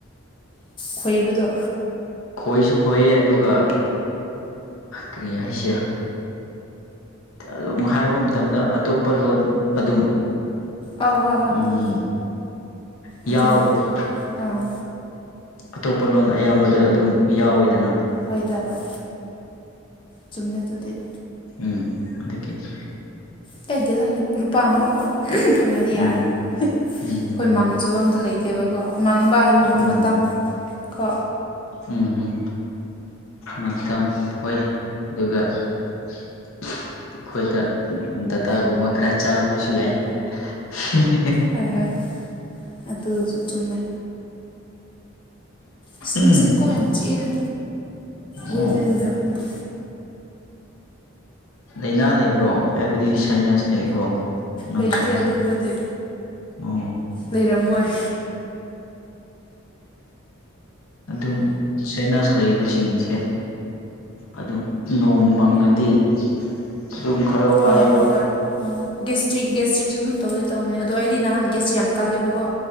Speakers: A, on the left; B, on the left.
A: ꯈꯣꯏꯕꯗꯣ꯫
B: ꯈꯣꯏꯁꯨ ꯈꯣꯏꯌꯦ ꯑꯗꯨꯒ ꯀꯔꯤ ꯍꯥꯏꯁꯤꯔ꯫ ꯑꯗꯨꯝ ꯍꯥꯏꯕ ꯃꯇꯝꯗ ꯑꯇꯣꯞꯄ ꯂꯣꯟ ꯑꯗꯨꯝ꯫
A: ꯑꯧ ꯍꯣꯏ ꯍꯣꯏ
B: ꯎꯝ
A: ꯍꯣꯏ
B: ꯌꯥꯎꯕꯗꯣ
A: ꯑꯗꯨꯅꯤ ꯑꯥ
B: ꯑꯇꯣꯞꯄ ꯂꯣꯟ ꯑꯌꯥꯝꯕꯗ ꯑꯗꯨꯝ ꯌꯥꯎꯋꯦꯗꯅ
A: ꯍꯣꯏꯗ ꯍꯣꯏ ꯆꯨꯝꯃꯦ ꯑꯗꯨꯗꯤ
B: ꯎꯝ ꯑꯗꯨꯗꯗꯒꯤꯦ
A: ꯀꯩꯗꯦꯗ ꯂꯨꯄꯥ ꯑꯃꯐꯥꯎ ꯐꯪꯉꯗꯤ
B: ꯎꯝ
A: ꯌꯥꯔꯦ ꯑꯩꯈꯣꯏ
B: ꯎꯝ
A: ꯃꯥꯡꯖꯕ ꯑꯝꯇ ꯂꯩꯇꯦꯕꯀꯣ ꯃꯥꯡꯕ ꯍꯥꯏꯕꯕꯨ
B: ꯎꯝ
A: ꯃꯇꯝ ꯀꯣ
B: ꯎꯝ ꯎꯝ ꯃꯇꯝ ꯍꯣꯏ ꯑꯗꯨꯒ ꯑꯩꯈꯣꯏꯗ ꯗꯇꯥꯒꯨꯝꯕ ꯈꯔ ꯆꯥꯔꯝꯕꯁꯨ ꯌꯥꯏ ꯍꯤꯍꯤ
A: ꯍꯣꯏ ꯍꯣꯏ ꯑꯗꯨꯁꯨ ꯆꯨꯝꯃꯦ ꯏꯁꯤꯡ
B: ꯎꯝ
A: ꯉꯁꯤ ꯀꯣꯛ ꯌꯥꯝ ꯆꯤꯛꯑꯦꯅ ꯋꯦꯗꯔꯅꯤꯔ
B: ꯑꯣ
A: ꯈꯪꯅꯦ
B: ꯂꯥꯏꯅꯥ ꯂꯩꯕ꯭ꯔꯣ ꯍꯥꯏꯕꯗꯤ ꯁꯥꯏꯅꯥꯁ ꯂꯩꯕ꯭ꯔꯣ ꯅꯪꯁꯣ
A: ꯂꯩꯇꯦ ꯑꯗꯨꯒꯨꯝꯕꯗꯤ
B: ꯑꯣ
A: ꯂꯩꯔꯝꯃꯣꯏ
B: ꯑꯗꯨꯝ ꯁꯅꯥꯁ ꯂꯩꯕꯁꯤꯡꯁꯦ ꯑꯗꯨꯝ ꯅꯣꯡ ꯃꯪꯉꯗꯤ ꯑꯗꯨꯝ ꯈꯔ ꯋꯥꯏꯑꯦꯕ
A: ꯑꯣ ꯍꯣꯏ ꯑꯣ ꯦꯁꯇ꯭ꯔꯤꯛ ꯦꯁꯇ꯭ꯔꯤꯛꯁꯨ ꯇꯧꯏ ꯇꯧꯕꯅꯦ ꯑꯗꯣ ꯑꯩꯗꯤ ꯅꯍꯥꯟ ꯒꯦꯁꯁꯦ ꯌꯥꯝ ꯀꯜꯂꯦꯕꯀꯣ